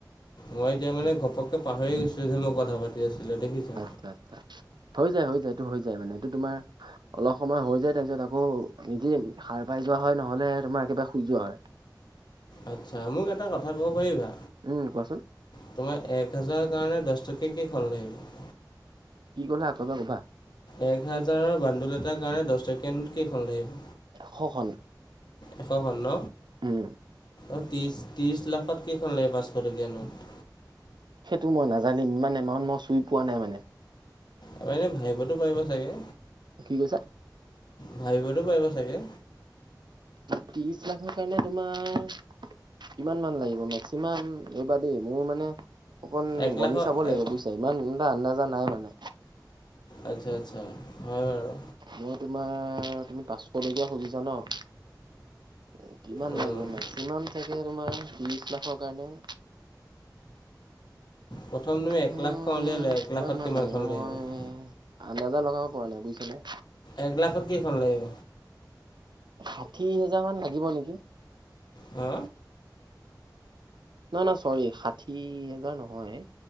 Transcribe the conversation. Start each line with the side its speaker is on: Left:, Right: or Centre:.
Left: মই এতিয়া মানে ঘপককে পাহৰি গৈছিলো যে মই কথা পাতি আছিলো দেখিছা।
Right: আচ্ছা আচ্ছা হৈ যায় হৈ যায় এইটো হৈ যায় মানে এইটো তোমাৰ অলপ সময় হৈ যায় তাৰপিছত আকৌ নিজে সাৰ পাই যোৱা হয় নহলে তোমাৰ একেবাৰে শুই যোৱা হয়।
Left: আচ্ছা, মোক এটা কথা ক'ব পাৰিবা?
Right: উম কোৱাচোন?
Left: তোমাৰ এক হেজাৰৰ কাৰণে দছ টকীয়া কেইখন লাগিব?
Right: কি ক'লা আকৌ এবাৰ ক'বা?
Left: এক হাজাৰৰ বান্দোল এটাৰ কাৰণে দছ টকীয়া নোট কেইখন লাগিব?
Right: শখন।
Left: এশখন ন।
Right: উম।
Left: অ ত্ৰিশ - ত্ৰিশ লাখত কেইখন লাগে পাঁচশ টকীয়া নোট?
Right: সেইটো মই নাজানিম ইমান এমাউণ্ট মই চুই পোৱা নাই মানে
Left: ত এনে ভাবিবতো পাৰিব চাগে
Right: কি কৈছা?
Left: ভাবিবটো পাৰিব চাগে?
Right: ত্ৰিশ লাখৰ কাৰণে তোমাৰ কিমান মান লাগিব মেক্সিমাম ৰবা দেই মোৰ মানে অকণ
Left: এক
Right: গণি
Left: লাখত
Right: চাব লাগিব
Left: এক
Right: বুজিছা? ইমানটা আন্দাজা নাই মানে।
Left: আচ্ছা আচ্ছা হয় বাৰু।
Right: মই তোমাৰ তুমি পাঁচশ টকীয়া খুজিছা ন, কিমান
Left: উম
Right: লাগিব মেস্ক ইমান থাকে তোমাৰ ত্ৰিছ লাখৰ কাৰণে।
Left: প্ৰথম তুমি এক
Right: উম,
Left: লাখখন উলিয়াই লোৱা, এক
Right: কিমান
Left: লাখত
Right: মান
Left: কিমানখন লাগিব?
Right: মই আন্দাজা লগাব পৰা নাই বুজিছিলে?
Left: এক লাখত কেই খন লাগিব?
Right: ষাঠি হেজাৰ মান লাগিব নেকি?
Left: হা
Right: নহয় নহয় চৰি ষাঠি হোজাৰ নহয়